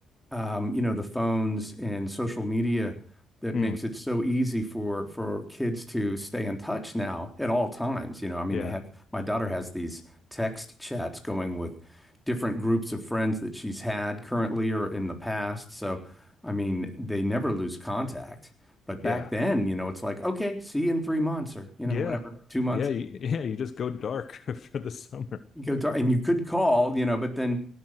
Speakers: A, in the centre; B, on the left.
A: um, you know, the phones and social media that
B: Mm,
A: makes it so easy for for kids to stay in touch now at all times. You know, I mean,
B: yeah,
A: they have my daughter has these text chats going with different groups of friends that she's had currently or in the past. So, I mean, they never lose contact. But back
B: yeah,
A: then, you know, it's like, okay, see you in three months or, you know,
B: yeah,
A: whatever, two months.
B: yeah, you- <laughs> yeah. You just go dark <laughs> for the summer.
A: You go to, and you could call, you know, but then,